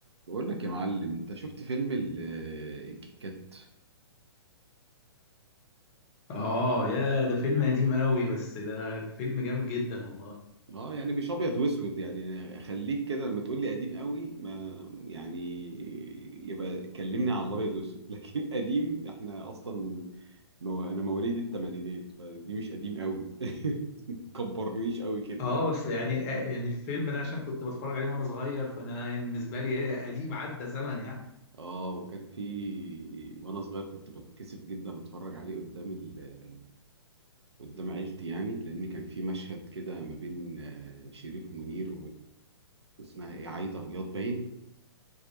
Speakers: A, on the right; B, on the left.
A: بقول لك يا معلم انت شفت فيلم ال- الكيت كات
B: اه يا ده فيلم قديم قوي بس ده فيلم جامد جدا والله
A: اه يعني مش ابيض واسود يعني اخليك كده لما تقول لي قديم قوي ما يعني يبقى كلمني على الابيض واسود <laughs> لكن قديم احنا اصلا مو انا مواليد الثمانينات فدي مش قديم قوي <laughs> تكبرنيش قوي كده
B: اه بس يعني آه، يعني الفيلم ده عشان كنت بتفرج عليه وانا صغير فانا بالنسبه لي هي قديم عدى زمن يعني
A: اه وكان في وانا صغير كنت بتكسف جدا اتفرج عليه قدام ال... قدام عيلتي يعني لان كان في مشهد كده ما بين آه، شريف منير اسمها ايه عايدة رياض باين